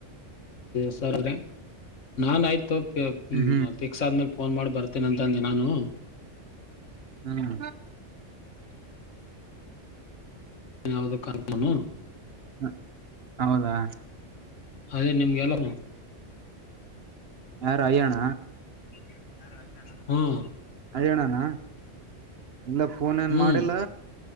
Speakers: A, on the left (about 75°); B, on the right (about 55°).
A: ಸ್ರ ನಾನ್ ಆಯ್ತು
B: ಹ್ಮ್
A: ಪಿಕ್ಸ್ ಆದ್ಮೇಲೆ. ಫೋನ್ ಮಾಡಿ ಬರ್ತೀನ ಅಂತಂದೆ ನಾನು.
B: ಹ್ಮ್
A: ಯಾವವುದಕ್ಕಾಗನು.
B: ಹ ಹೌದಾ.
A: ಅದೇ ನಿಮಗೆಲ್ಲ.
B: ಹಾ ರಯಣ
A: ಹಾ
B: ಹಣಾನ ಇಲ್ಲ ಫೋನ್ ಏನ್
A: ಹ್ಮ್
B: ಮಾಡಿಲ್ಲ.